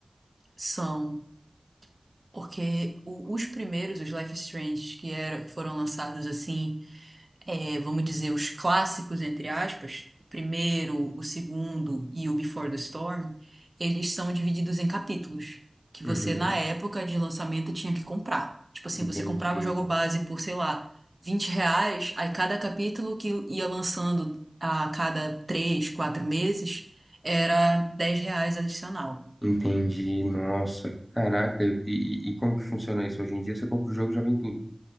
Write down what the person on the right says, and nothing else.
São, porque o- os primeiros, os Life is Strange, que era, que foram lançados assim. é, vamos dizer, os clássicos, entre aspas, o primeiro, o segundo e o Before the Storm, eles são divididos em capítulos, que você,
na época de lançamento, tinha que comprar. Tipo assim,
você comprava o jogo base por, sei lá, 20 reais, aí cada capítulo que ia lançando a cada três, quatro meses, era 10 reais adicional.